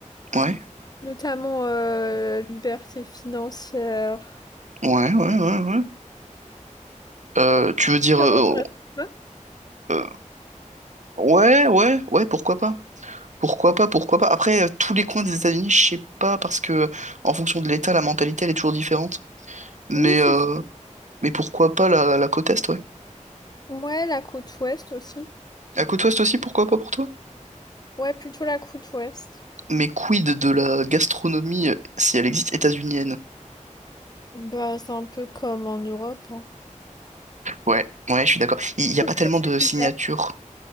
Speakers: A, on the right; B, on the left.
A: Ouais,
B: notamment euh, liberté financière.
A: ouais, ouais, ouais, ouais. Euh, tu veux dire.
B: <laughs> Ça
A: euh,
B: t'intéresse pas?
A: euh, ouais, ouais, ouais, pourquoi pas? Pourquoi pas, pourquoi pas. Après, euh, tous les coins des États-Unis, je sais pas, parce que en fonction de l'État, la mentalité, elle est toujours différente. Mais,
B: Oui, c'est
A: euh,
B: sûr.
A: mais pourquoi pas la, la côte Est, ouais.
B: ouais, la côte ouest aussi.
A: La côte Ouest aussi, pourquoi pas pour toi?
B: Ouais, plutôt la côte ouest.
A: Mais quid de la gastronomie, euh, si elle existe, états-unienne?
B: Bah, c'est un peu comme en Europe, hein.
A: Ouais, ouais, je suis d'accord. Il n'y a
B: Sauf
A: pas tellement
B: que c'est
A: de
B: plus
A: signatures.
B: cher.